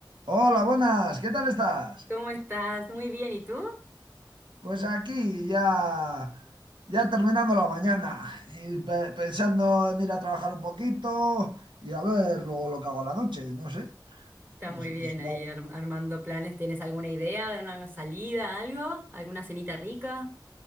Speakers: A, on the right; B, on the right.
A: Hola, buenas, ¿qué tal estás?
B: ¿Cómo estás? Muy bien, ¿y tú?
A: Pues aquí ya, ya terminando la mañana y pe- pensando en ir a trabajar un poquito y a ver luego lo que hago a la noche, no sé,
B: Está
A: no
B: muy
A: sé,
B: bien
A: pues igual.
B: ahí arm- armando planes. ¿Tienes alguna idea de una salida, algo? ¿Alguna cenita rica?